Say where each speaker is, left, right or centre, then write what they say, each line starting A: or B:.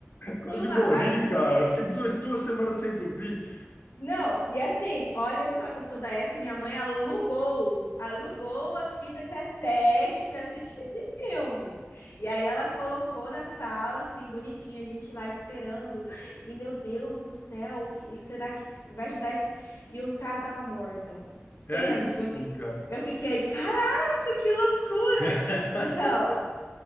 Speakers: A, on the left; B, on the left.
A: Quase
B: Filma,
A: morri,
B: vai dizer.
A: cara. Eu Fiquei duas, duas semanas sem dormir.
B: Não, e assim, olha só que eu sou da época, minha mãe alugou, alugou a fita cassete para assistir esse filme. E aí ela colocou na sala, assim, bonitinha, a gente lá esperando. E meu Deus do céu, que será que que vai ajudar esse... E o cara tava morto.
A: É
B: Pensa
A: isso,
B: que eu fiquei,
A: cara.
B: eu fiquei, caraca, que loucura!
A: <laughs>
B: Então,